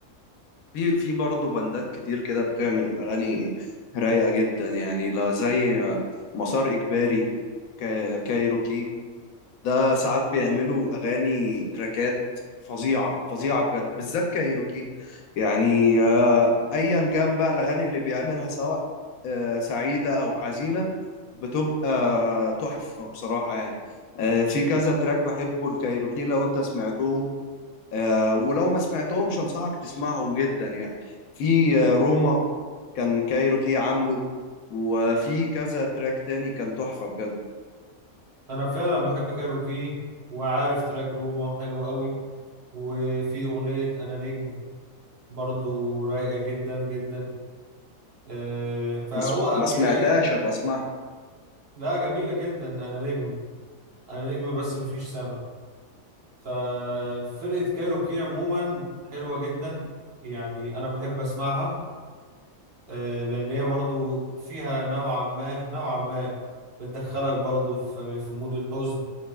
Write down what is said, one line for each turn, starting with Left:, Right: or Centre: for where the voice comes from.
Left: في في برضه بندات كتير كده بتعمل اغاني رايقة جدا يعني لا زي آه، مسار اجباري كا- كايروكي ده ساعات بيعملوا اغاني تراكات فظيعه فظيعه بجد بالذات كايروكي يعني آه، ايا كان بقى الاغاني اللي بيعملها سواء آه، سعيده او حزينه بتبقى آه، تحفه بصراحه يعني آه، في كذا تراك بحبه الكايروكي لو انت سمعتهم آه، ولو ما سمعتهمش انصحك تسمعهم جدا يعني في آه، روما كان كايروكي عامله وفي كذا تراك تاني كان تحفه بجد
Right: انا فعلا بحب كايروكي وعارف تراك روما حلو قوي وفي اغنية انا نجم برضو رايقة جدا جدا آه، فهو
Left: بس
Right: امير
Left: ما سمعتهاش
Right: عيد
Left: ابقى اسمعها
Right: لا جميلة جدا انا نجم انا نجم بس مفيش سما ففرقة كايروكي عموما حلوة جدا يعني أنا بحب أسمعها آه، لأن هي برضو فيها نوعا ما نوعا ما بتدخلك برضو في في مود الحزن